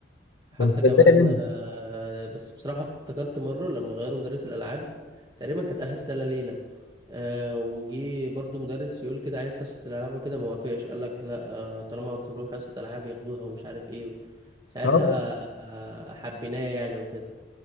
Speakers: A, on the right; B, on the left.
A: حتى
B: كنت
A: كمان
B: بتضايق منه
A: آه، بس بصراحة افتكرت مرة لما غيروا مدرس الألعاب تقريبا كانت آخر سنة لينا آه، وجي برضو مدرس يقول كده عايز حصة الألعاب وكده ما وافقش قال لك لا آه، طالما مكتوب لهم حصة ألعاب ياخدوها ومش عارف ايه ساعتها
B: اه
A: آه، حبيناه يعني وكده